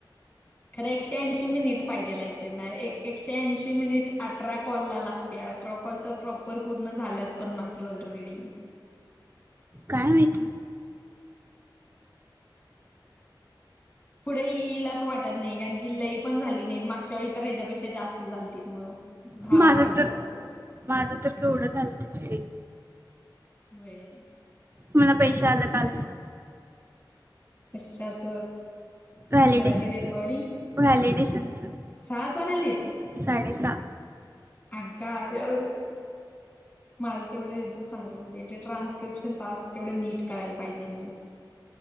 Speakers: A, on the left; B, on the right.
A: खरे एकशे ऐंशी मिनिट पाहिजे लाय त्यांना, एक एकशे ऐंशी मिनिट अठरा कॉल लाग ते आठरा कॉल तर प्रॉपर पूर्ण झाल्यात पण माझी ऑलरेडी.
B: काय माहिती.
A: पुढे येईल असं वाटत नाही. कारण की लई पण झाली नाहीत मागच्या वेळी तर ह्याच्यापेक्षा जास्त झालतीत मग. दहा
B: माझं
A: चालतीत
B: तर,
A: असं
B: माझं तर केवढं झालंत की बाई.
A: व्हय.
B: मला पैसे आलं कालचं.
A: कशाच?
B: व्हॅलिडेशनचं
A: मराठी रेकॉडिग,
B: व्हॅलिडेशनचं
A: सहा हजार आलीत.
B: साडेसहा.
A: अग आया-आया, माझ तेवढं हेज चांगलं होऊदे, ते ट्रान्स ट्रान्सक्रिप्शन टास्क तेवढं नीट करायला पाहिजे मी.